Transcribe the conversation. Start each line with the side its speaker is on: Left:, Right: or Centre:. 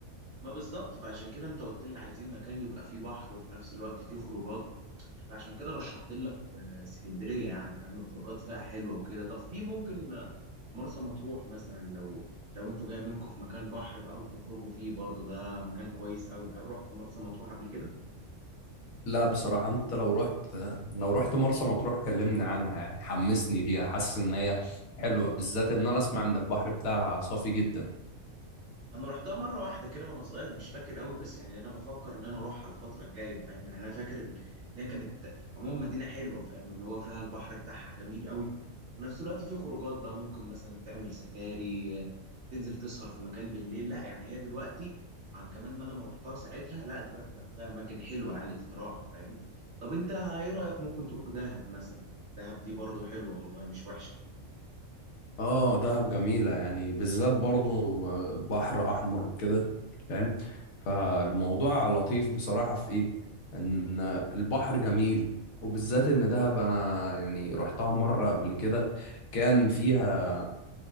Right: ما بالظبط فعشان كده انت قلت لي عايزين مكان يبقى فيه بحر وفي نفس الوقت فيه خروجات فعشان كده رشحت لك آه، اسكندريه يعني فاهم الخروجات فيها حلوه وكده طب في ممكن آه، مرسى مطروح مثلا لو لو انتوا جاي منكم في مكان بحر بقى وتخرجوا فيه برضو ده مكان كويس قوي هل رحت مرسى مطروح قبل كده
Left: لا بصراحة أنت لو رحت لو رحت مرسى مطروح كلمني عنها يعني حمسني ليها حاسس إن هي حلوة بالذات إن أنا أسمع إن البحر بتاعها صافي جدا
Right: انا رحتها مره واحده كده وانا صغير مش فاكر قوي بس يعني انا بفكر ان انا اروحها الفتره الجايه فاهم يعني انا فاكر ان هي كانت عموما مدينه حلوه فاهم اللي هو فيها البحر بتاعها جميل قوي وفي نفس الوقت في خروجات بقى ممكن مثلا تعمل سفاري آه، تنزل تسهر في مكان بالليل لا يعني هي دلوقتي عن كمان ما انا ما رحتها ساعتها لا دلوقتي بقى فيها اماكن حلوه يعني تتراح فاهم طب انت ايه رايك ممكن تروحوا دهب مثلا يعني دهب دي برضو حلوه والله مش وحشه
Left: آه دهب جميلة يعني بالذات برضو آه، بحر أحمر وكده فاهم فالموضوع لطيف بصراحة في إيه إن البحر جميل وبالذات إن دهب أنا يعني رحتها مرة قبل كده كان فيها